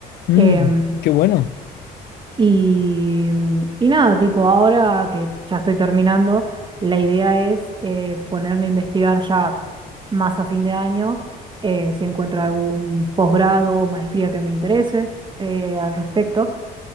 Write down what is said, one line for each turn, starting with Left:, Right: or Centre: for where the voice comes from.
Left: mm,
Right: em,
Left: qué bueno.
Right: y, mm, y nada, tipo, ahora que ya estoy terminando, la idea es eh, ponerme a investigar ya más a fin de año eh, si encuentro algún posgrado o maestría que me interese eh, al respecto.